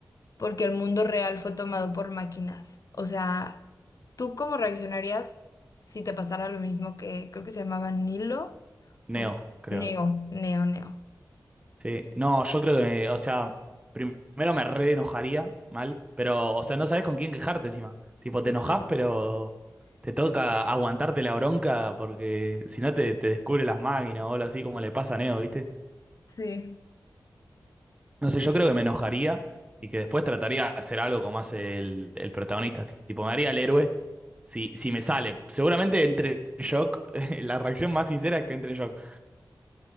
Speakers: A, on the left; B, on the right.
A: porque el mundo real fue tomado por máquinas. O sea, ¿tú cómo reaccionarías si te pasara lo mismo que creo que se llamaba Nilo
B: Neo,
A: o
B: creo.
A: Neo, Neo, Neo?
B: Sí, no, yo creo que me, o sea, primero me re enojaría mal, pero, o sea, no sabes con quién quejarte encima. Tipo, te
A: Ujú.
B: enojas, pero te toca aguantarte la bronca porque si no te, te descubre las máquinas o algo así como le pasa a Neo, ¿viste?
A: Sí.
B: No sé, yo creo que me enojaría y que después trataría de hacer algo como hace el, el protagonista. Tipo, me haría el héroe. Si, si me sale, seguramente entre en shock, <laughs> la reacción más sincera es que entre en shock.